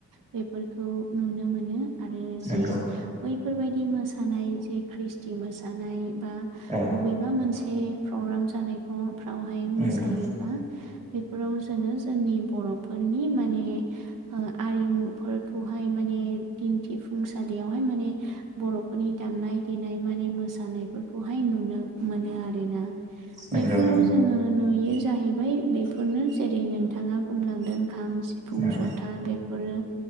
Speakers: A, on the right; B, on the right.
A: बेफोरखौ नुनो मोनो। आरो
B: नंगौ
A: जे बैफोरबायदि मोसानाय जे ख्रिष्टि मोसानाय बा
B: औ
A: अबेबा मोनसे प्रग्राम जानायफ्राव फ्रावहाय मोसायोबा
B: नंगौ
A: बेफोराव जोङो जोंनि बर'फोरनि माने ओ आरिमुफोरखौहाय माने दिन्थिफुंसालियावहाय माने बर'फोरनि दामनाय देनाय माने मोसानायफोरखौहाय नु नुनो मोनो आरो ना।
B: नंगौ
A: बेफोराव
B: नंगौ
A: जोङो नुयो जाहैबाय बेफोरनो जेरै नोंथाङा बुंलांदों खाम सिफुं
B: औ
A: जथा बेफोरो